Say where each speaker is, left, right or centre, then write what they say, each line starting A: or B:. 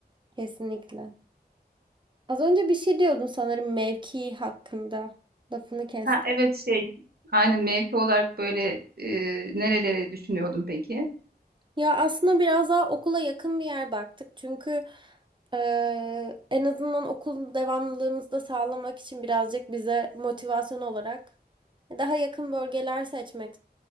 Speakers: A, on the right; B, on the right.
A: Kesinlikle. Az önce bir şey diyordum sanırım mevki hakkında. Lafını kestim.
B: Ha evet şey. Aynen mevki olarak böyle e, nerelere düşünüyordum peki?
A: Ya aslında biraz daha okula yakın bir yer baktık. Çünkü eee, en azından okul devamlılığımızı da sağlamak için birazcık bize motivasyon olarak daha yakın bölgeler seçmek